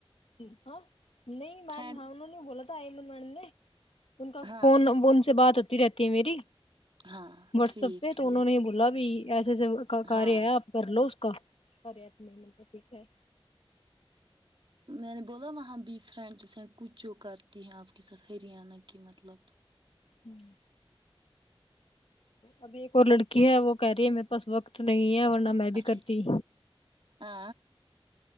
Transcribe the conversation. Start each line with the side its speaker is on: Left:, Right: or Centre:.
Left: جی ہاں نہیں میم
Right: فرینڈ
Left: ہاں انہوں نے بولا تھا ایمن میڈم نے ان کا
Right: ہاں
Left: فون ان سے بات رہتی ہے میری
Right: ہاں
Left: واٹسیپ
Right: ٹھیک
Left: پہ
Right: ٹھیک
Left: تو انہوں نے ہی بولا بھی سے کار
Right: ہاں
Left: آ آپ کر لو ک <unintelligible> کررے اپنے مل تو ٹھیک ہے
Right: میں نے بولا وہاں بھی فرینڈ جس ہیں کچھ جو کرتی ہیں آپ کے ساتھ ہریانہ کی مطلب
Left: ہمم ابھی ایک اور لڑکی ہے وہ کہہ رہی ہے میرے پاس وقت نہیں ہے ورنہ میں بھی
Right: اچھا
Left: کرتی
Right: ا